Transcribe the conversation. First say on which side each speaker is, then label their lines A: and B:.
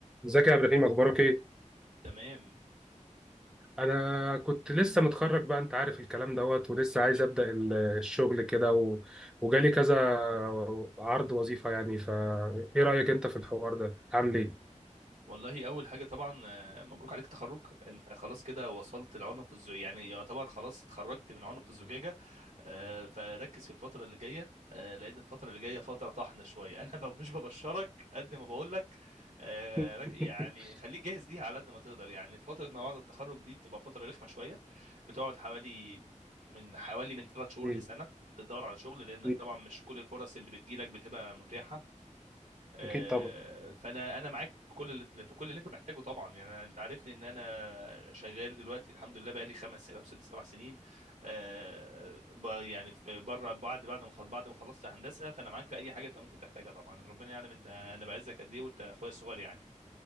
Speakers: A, in the centre; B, on the right.
A: ازيك يا ابراهيم اخبارك ايه
B: تمام
A: انا كنت لسه متخرج بقى انت عارف الكلام دوت ولسه عايز ابدا ال- الشغل كده و... وجالي كذا عرض وظيفه يعني فا ايه رايك انت في الحوار ده عامل ايه
B: والله اول حاجه طبعا آه، مبروك عليك تخرج انت خلاص كده وصلت لعنق الزجاجه يعني يعتبر خلاص اتخرجت من عنق الزجاجه آه، فركز في الفتره اللي جايه آه، لان الفتره اللي جايه فتره طحن شويه <laughs> انا ب- مش ببشرك قد ما بقول لك آه،
A: <laughs>
B: رك- يعني خليك جاهز ليها على قد ما تقدر يعني فتره ما بعد التخرج دي بتبقى فتره رخمه شويه بتقعد حوالي من حوالي من ثلاث شهور
A: مم.
B: لسنه بتدور على شغل لانك
A: مم.
B: طبعا مش كل الفرص اللي بتجيلك بتبقى متاحه آه،
A: اكيد طبعا
B: فانا انا معاك في كل اللي في كل اللي انت محتاجه طبعا يعني أنا- انت عارفني ان انا شغال دلوقتي الحمد لله بقالي خمس او ست سبع سنين آه، ب- يعني في- بره بعد بعد ما خ- بعد ما خلصت هندسه فانا معاك في اي حاجه انت ممكن تحتاجها طبعا ربنا يعلم انت انا بعزك قد ايه وانت اخويا الصغير يعني